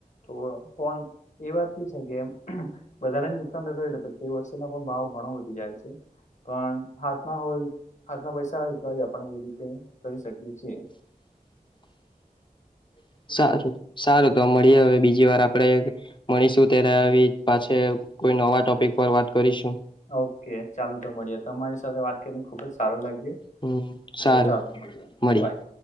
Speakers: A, on the left (about 55°); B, on the left (about 30°).
A: તો પણ એ વાત બી છે કે વધારેને નુકસાન થતું હોય તો પછી વસ્તુ પણ ભાવ ઘણો વધી જાય છે. પણ હાથમાં હોય હાથમાં પૈસા હોય તોજ આપણે એવી રીતે કરી શકીએ છીએ.
B: <inaudible> સારું સારું તો મળી હવે બીજી વાર આપણેે મળીશું ત્યારે તે પાસે કોય નવા ટોપિક પર વાત કરીશું.
A: ઓકે ચાલુ તો મળીએ તમારી સાથે વાત કરીને ખુબ જ સારું લાગ્યું.
B: હમ સારું
A: તો ચાલ મળ્યે
B: મળીએ
A: બાય.